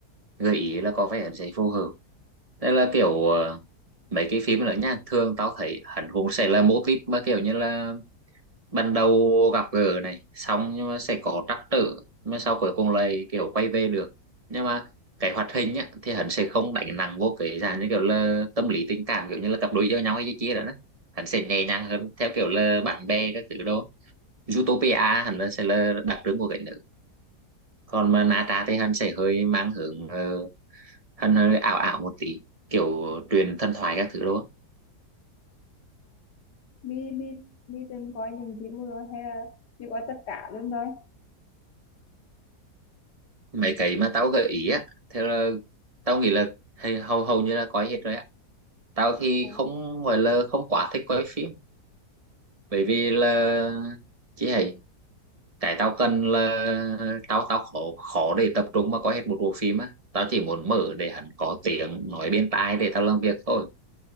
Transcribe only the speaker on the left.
mi mi mi từng coi những phim rồi hay là chỉ coi tất cả luôn thôi
à,